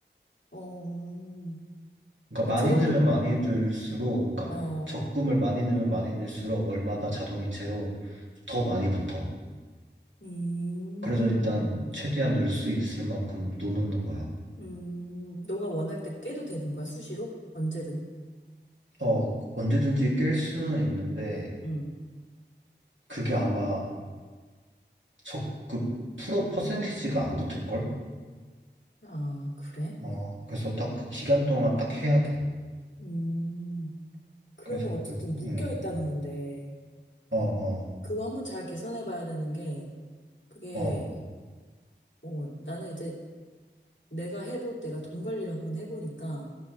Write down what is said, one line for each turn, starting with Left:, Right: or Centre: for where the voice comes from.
Left: 어,
Right: 그러니까
Left: 들어놓,
Right: 많이 넣으면 많이 들수록, 그러니까
Left: 어,
Right: 적금을 많이 넣으면 많이 넣을수록 월마다 자동이체로 더 많이 붙어.
Left: 음,
Right: 그래서 일단 최대한 넣을 수 있을 만큼 넣는 거야.
Left: 음, 너가 원할 때 깨도 되는 거야, 수시로? 언제든.
Right: 어, 언제든지 깰 수는 있는데
Left: 음.
Right: 그게 아마 적, 그 프로 퍼센티지가 안 붙을걸?
Left: 아, 그래?
Right: 어, 그래서 딱 그 기간 동안 딱 해야 돼.
Left: 음, 그러면
Right: 그래서
Left: 어쨌든
Right: 그,
Left: 묶여
Right: 음,
Left: 있다는 건데,
Right: 어, 어,
Left: 그거 한번 잘 계산해 봐야 되는 게, 그게,
Right: 어,
Left: 뭐, 나는 이제 내가 해볼, 내가 돈 관리를 한번 해보니까,